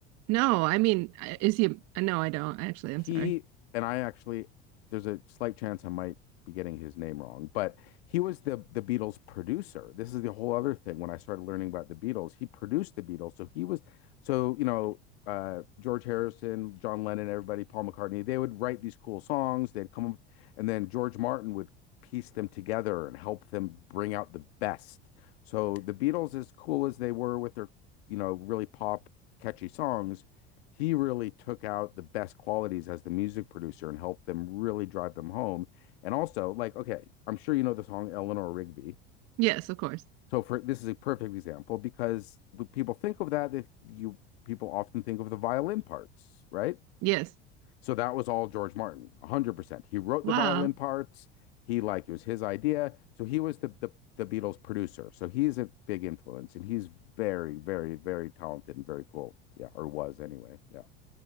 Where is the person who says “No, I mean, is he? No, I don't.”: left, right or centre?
Right